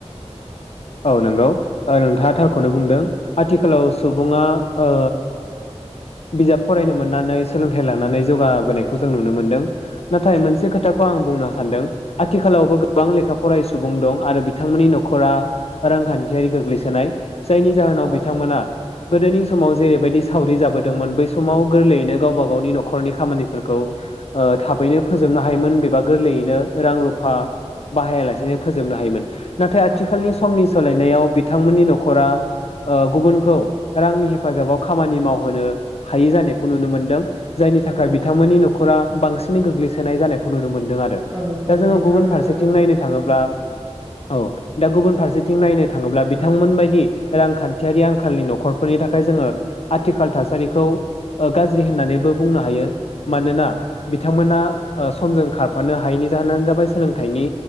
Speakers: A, on the left (about 60°); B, on the right (about 20°).
A: औ नंगौ ओ नोंथाङा थारखौनो बुंदों आथिखालाव सुबुङा ओ बिजाब फरायनो मोननानै सोलोंथाइ लानानै जौगाबोनायखौ जों नुनो मोनदों। नाथाय मोनसे खोथाखौ आं बुंनो सानदों। आथिखालावबो गोबां लेखा फरायि सुबुं दं आरो बिथांमोननि न'खरा रांखान्थियारि गोग्लैसोनाय। जायनि जाहोनाव
B: औ
A: बिथांमोना गोदोनि समाव जेरैबायदि सावरि जाबोदोंमोन बै समाव गोरलैयैनो गावबा गावनि न'खरनि खामानिफोरखौ ओ थाबैनो फोजोबनो हायोमोन एबा गोरलैयैनो रां रुफा बाहायालासेनो फोजोबनो हायोमोन। नाथाय आथिखालनि
B: औ
A: सु सोलायनायाव बिथांमोननि न'खरा ओ गुबुनखौ रांनि हेफाजाबाव खामानि मावहोनो हायि जानायखौ नुनो मोनदों। जायनि
B: नंगौ
A: थाखाय बिथांमोननि न' ख'रा बांसिन गोग्लैसोनाय जानायख नुनो मोनदों आरो।
B: औ
A: दा
B: औ
A: जोङो
B: नोंथाङा
A: गुबुन
B: थारखौनो
A: फारसेथिं
B: बुंदों।
A: नायनो थाङोब्ला औ दा गुबुन फारसे थिं नायनो थाङोब्ला बिथांमोन बादि रांखान्थियारि आंखालनि न'खरफोरनि थाखाय जोङो आथिखाल थासारिखौ गाज्रि होननानैबो बुंनो हायो। मानोना बिथांमोना समजों खारफानो हायैनि जाहोनानो जाबाय सोलोंथाइनि